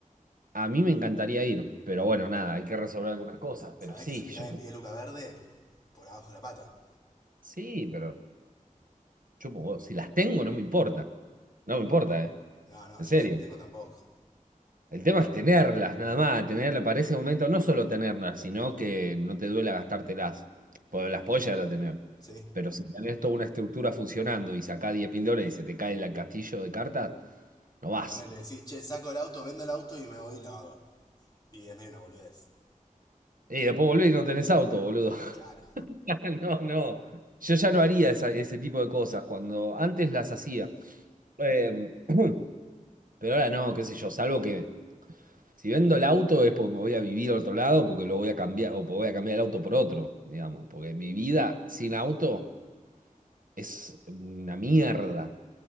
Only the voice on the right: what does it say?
a mí me encantaría ir, pero bueno, nada, hay que resolver algunas cosas,
pero sí,
yo,
sí, pero chupo huevo, si las tengo no me importa, no me importa, ¿eh?
En
serio.
El tema es tenerlas, nada más, tenerlas para ese momento, no solo tenerlas, sino que no te duela gastártelas, porque las podés llegar a tener.
Pero si tenés toda una estructura funcionando y sacás diez mil dólares y se te cae el castillo de cartas, no vas.
Y después volvés y no tenés auto, boludo.
<laughs> No, no. Yo ya no haría esa- ese tipo de cosas cuando antes las hacía. Eh, <clears throat> pero ahora no, qué sé yo, salvo que si vendo el auto es porque me voy a vivir a otro lado, porque lo voy a cambiar, o porque voy a cambiar el auto por otro, digamos, porque mi vida sin auto es una mierda.